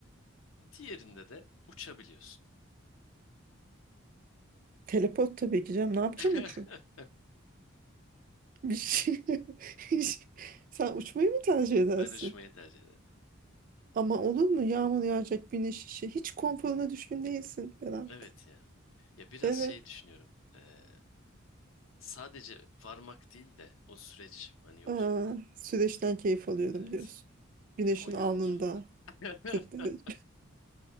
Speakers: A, on the left (about 75°); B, on the right (about 40°).
A: Diğerinde de uçabiliyorsun.
B: Teleport tabii ki canım. Ne yapacağım
A: <laughs>
B: uçup? Bir şey. <laughs> Sen uçmayı mı tercih edersin?
A: Ben uçmayı tercih ederim.
B: Ama olur mu? Yağmur yağacak, güneş işi. Hiç konforuna düşkün değilsin Berat.
A: Evet ya. Ya biraz
B: Evet.
A: şey düşünüyorum. E, sadece varmak değil de o süreç, hani yolculuk.
B: Aa, süreçten keyif alıyorum
A: Evet.
B: diyorsun. Güneşin
A: Yani o yolculuk.
B: alnında
A: <laughs>
B: 40 derece.